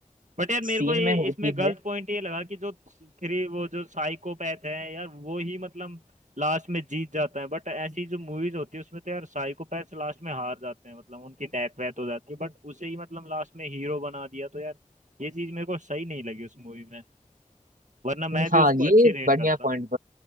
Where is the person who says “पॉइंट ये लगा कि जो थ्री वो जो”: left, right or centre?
Right